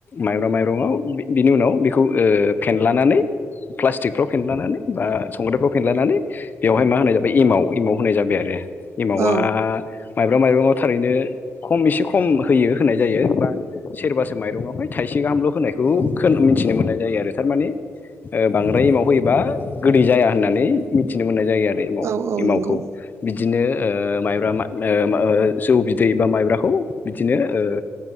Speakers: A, on the left; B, on the right.
A: मायब्रा माइरंआव बि बिनि उनाव बेखौ ओ फेनलानानै । प्लास्टिकफ्राव फेनलानानै बा संग्रायफ्राव फेनलानानै बेवहाय मा होनाय जाबाय एमाव-एमाव होनाय जाबाय आरो । रो एमावा
B: औ
A: । माइब्रा माइरङाव थारैनो खम एसे खम होयो होनाय जायो बा । सेरबासो माइरंआवहाय थाइसे गाहामल' होनायखौ खोन मिथिनो मोननाय जायो आरो थारमाने । ओ बांद्राय एमाव होयोबा गोदै जाया होननानै मिथिनो मोननाय । जायो, आरो
B: औ औ
A: एमावखौ
B: नंगौ
A: बिदिनो ओ मायब्रा मा ओ ओ जौ बिदै बा माइब्राखौ बिदिनो ओ